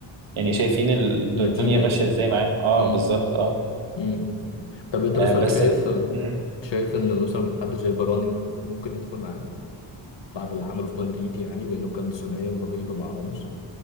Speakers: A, on the right; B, on the left.
A: يعني شايفين الدنيا
B: نتيجه
A: ماشية ازاي معاه اه
B: مم.
A: بالظبط اه
B: مم. طب انت مثلا
A: آه، بس
B: شايف
A: ال- مم.
B: شايف ان مثلا حد زي فاران ممكن يدخل معانا بعد اللي عمله في مدريد يعني وانه كان ثنائيه رهيبه مع راموس